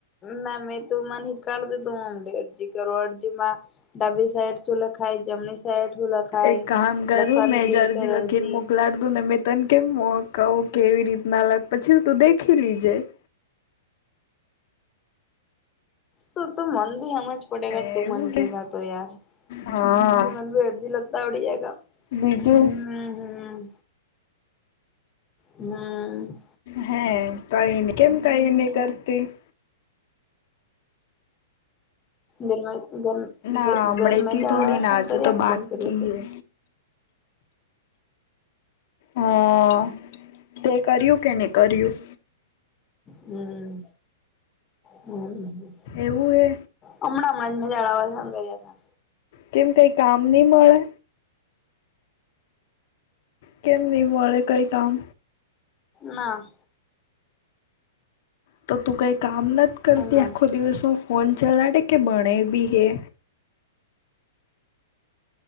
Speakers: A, on the left (about 20°); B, on the left (about 50°).
A: ના મેં તું મને કર દધું અમે અરજી કરો અરજીમાં- ડાબી સાઈટ શું લખાય જમણી સાઈટ શું લખાય
B: એક કામ કરું
A: લખવાની-
B: મેં
A: કેવી
B: જ
A: રીતે
B: લખીને
A: અરજી-
B: મોકલાડ મેં તને કેમ કરી કહું કેવી રીતના લખ પછી તું દેખી લેજે -
A: તો તું મન ભી સમજ પડેગ
B: એવું
A: તું મન કે
B: હે
A: ગા તો યાર-
B: હા
A: પછી મને ભી અરજી લખતાં આવડી જાય
B: બીજું
A: હમ. હમ!
B: હે કઈ નહી કેમ કઈ નહી કરતી-
A: ગરમ
B: ના
A: ગર
B: હમણાંથી
A: ગરમે જળા
B: થોડી
A: વાસણ
B: ના હજુ
A: કર્યા
B: તો બાકી
A: કોણ કર્યા તે-
B: હે. હા તે કર્યું કે નહી કર્યું?
A: હમ! હમ!
B: એવું હે
A: હમણાં જ મજાડા વસ કરર્યા હતા.
B: કેમ કઈ કામ નહીં મળે? કેમ નહી મળે કઈ કામ?
A: ના-
B: તો તું કઈ કામ નથી કરતી
A: એમ જ
B: આખો દિવસમાં? ફોન ચલાડે કે ભણે ભી?